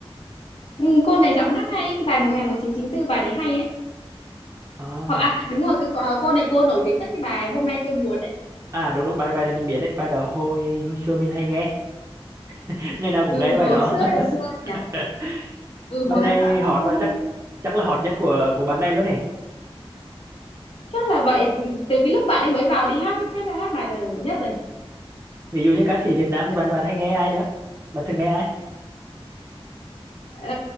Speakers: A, on the left; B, on the right.
A: ừ, cô này giọng hát hay ấy, cái bài mùa hè 1994 bài đấy hay ấy
B: à,
A: hoặc à đúng rồi cứ ờ, cô này cô nổi tiếng nhất cái bài hôm nay tôi buồn đấy
B: à đúng đúng bài bài này mình biết đấy bài đó hồi hồi xưa mình hay nghe <laughs> ngày nào cũng
A: ừ
B: nghe
A: hồi
B: bài đó
A: xưa là xưa nhỉ
B: <laughs>
A: ừ
B: bài
A: hồi
B: này
A: hai hai
B: hot
A: không
B: và chắc chắc là hot nhất của của bạn này luôn hề
A: chắc là vậy Ừ, từ cái lúc bạn ấy mới vào đi hát ấy, chắc là hát bài này là nổi nhất rồi
B: ví dụ như ca sĩ Việt Nam thì bạn bạn hay nghe ai nữa bạn thường nghe ai
A: ờ,